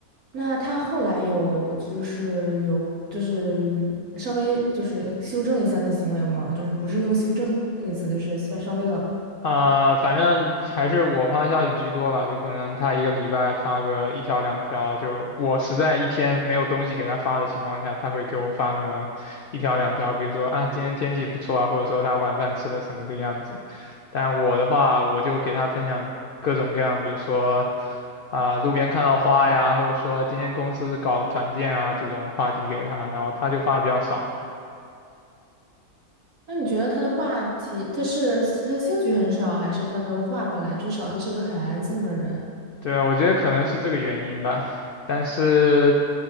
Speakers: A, on the right; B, on the left.
A: 那他后来有就是有就是稍微就是修正一下他的行为嘛，就是不是用修正这个词，就是稍稍微的。
B: 啊、反正还是我发消息居多吧，就可能他一个礼拜发个一条两条，就我实在一天没有东西给他发的情况下，他会给我发那么一条两条，比如说啊今天天气不错啊，或者说他晚饭吃的什么这个样子。但我的话，我就给他分享各种各样，比如说啊、路边看到花呀，或者说今天公司搞了团建啊这种话题给他，然后他就发的比较少。
A: 那你觉得他的话题，他是他的兴趣很少，还是他的话本来至少他是个很安静的人？
B: 对啊，我觉得可能是这个原因吧。但是